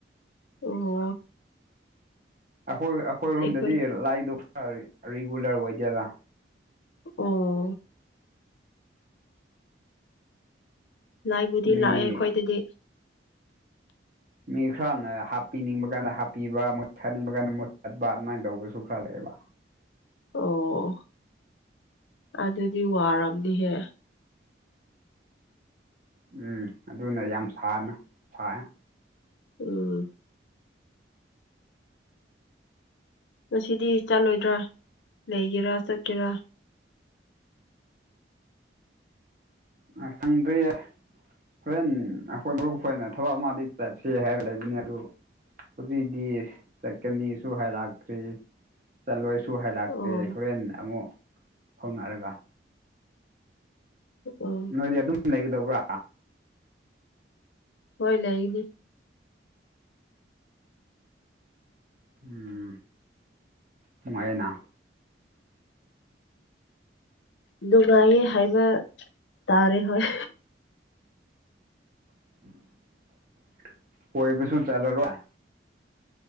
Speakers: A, on the left; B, on the right.
A: ꯑꯣ
B: ꯑꯈꯣꯏ ꯑꯈꯣꯏꯔꯨꯝꯗꯗꯤ
A: ꯑꯩꯈꯣꯏ
B: ꯂꯥꯏꯗꯣ ꯈꯔ ꯔꯤꯒꯨꯂꯔ ꯑꯣꯏꯗꯦꯗ꯫
A: ꯑꯣ ꯂꯥꯏꯕꯨꯗꯤ
B: ꯃꯤ
A: ꯂꯥꯛꯑꯦ ꯑꯩꯈꯣꯏꯗꯗꯤ꯫
B: ꯃꯤ ꯈꯔꯅ ꯍꯥꯞꯄꯤꯅꯤꯡꯕ ꯀꯥꯟꯗ ꯍꯥꯞꯄꯤꯕ ꯃꯨꯠꯊꯠꯅꯤꯡꯕ ꯀꯥꯟꯗ ꯃꯨꯠꯊꯠꯄ ꯑꯗꯨꯃꯥꯏꯅ ꯇꯧꯕꯁꯨ ꯈꯂꯀꯑꯦꯕ꯫
A: ꯑꯣ ꯑꯗꯨꯗꯤ ꯋꯥꯔꯝꯅꯤꯍꯦ
B: ꯎꯝ ꯑꯗꯨꯅ ꯌꯥꯝ ꯁꯥꯅ ꯁꯥꯑꯦ
A: ꯎꯝ ꯉꯁꯤꯗꯤ ꯆꯠꯂꯣꯏꯗ꯭ꯔ ꯂꯩꯒꯦꯔꯥ ꯆꯠꯀꯦꯔꯥ
B: ꯑ ꯁꯪꯗ꯭ꯔꯦꯌꯦ ꯍꯣꯔꯦꯟ ꯑꯈꯣꯏ ꯃꯔꯨꯞ ꯍꯣꯏꯅ ꯊꯕꯛ ꯑꯃꯗꯤ ꯆꯠꯁꯦ ꯍꯥꯏꯔꯒ ꯂꯩꯕꯅꯤ ꯑꯗꯨ ꯍꯨꯖꯤꯛꯗꯤ ꯆꯠꯀꯅꯤꯁꯨ ꯍꯥꯏꯔꯥꯇ꯭ꯔꯤ ꯆꯠꯂꯣꯏ ꯁꯨ ꯍꯥꯏꯔꯥꯛꯇꯦ
A: ꯑꯣ
B: ꯍꯣꯔꯦꯟ ꯑꯃꯨꯛ ꯍꯣꯡꯅꯛꯔꯒ
A: ꯎꯝ
B: ꯅꯣꯏꯗꯤ ꯑꯗꯨꯝ ꯂꯩꯒꯗꯧꯕ꯭ꯔꯥ
A: ꯍꯣꯏ ꯂꯩꯒꯅꯤ
B: ꯎꯝ ꯅꯨꯡꯉꯥꯏꯌꯦꯅꯥ
A: ꯅꯨꯡꯒꯥꯏꯌꯦ ꯍꯥꯏꯕ ꯇꯥꯔꯦ ꯍꯣꯏ
B: <inaudible> ꯀꯣꯏꯕꯁꯨ ꯆꯠꯂꯔꯣꯏ